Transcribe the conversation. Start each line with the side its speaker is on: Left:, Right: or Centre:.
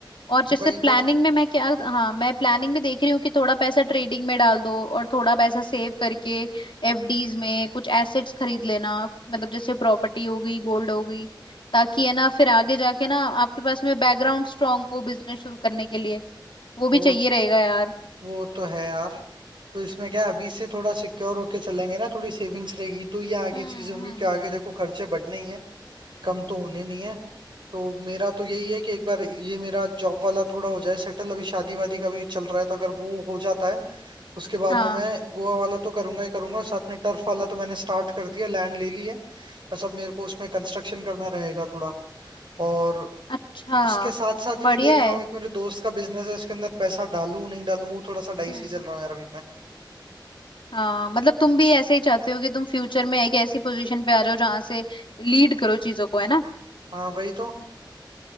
Left: और जैसे
Right: वही
Left: प्लानिंग
Right: तो
Left: में मैं क्या हाँ मैं प्लानिंग में देख रही हूँ कि थोड़ा पैसा ट्रेडिंग में डाल दो और थोड़ा पैसा सेव करके एफडीज में कुछ एसेट्स खरीद लेना मतलब जैसे प्रॉपर्टी हो गई गोल्ड हो गई ताकि है ना फिर आगे जाके ना आपके पास में बैकग्राउंड स्ट्रांग हो बिजनेस शुरू करने के लिए वो भी
Right: वो
Left: चाहिए रहेगा यार
Right: वो तो है यार तो इसमें क्या है, अभी से थोड़ा सिक्योर होके चलेंगे ना थोड़ी सेविंग्स रहेगी तो ये आगे
Left: हम्म
Right: चीजें होंगी
Left: हम्म
Right: कि आगे देखो खर्चे बढ़ने ही है कम तो होने नहीं है तो मेरा तो यही है कि एक बार ये मेरा जॉब वाला थोड़ा हो जाए सेटल अभी शादी वादी का भी चल रहा है तो अगर वो हो जाता है उसके बाद
Left: हाँ
Right: में मैं गोवा वाला तो करूंगा ही करूंगा और साथ में टर्फ वाला तो मैंने स्टार्ट कर दिया लैंड ले ली है बस अब मेरे को उसमें कंस्ट्रक्शन करना रहेगा थोड़ा और
Left: अच्छा
Right: उसके साथ साथ ही
Left: बढ़िया
Right: मैं देख
Left: है
Right: रहा हूँ एक मेरे दोस्त का बिजनेस है उसके अंदर पैसा डालूं नहीं डालूं वो थोड़ा सा डाइसी
Left: हम्म
Right: चल रहा है यार अभी मैं
Left: हाँ मतलब तुम भी ऐसे ही चाहते हो कि तुम फ्यूचर में एक ऐसी पोजीशन पे आ जाओ जहां से लीड करो चीजों को है ना
Right: हाँ वही तो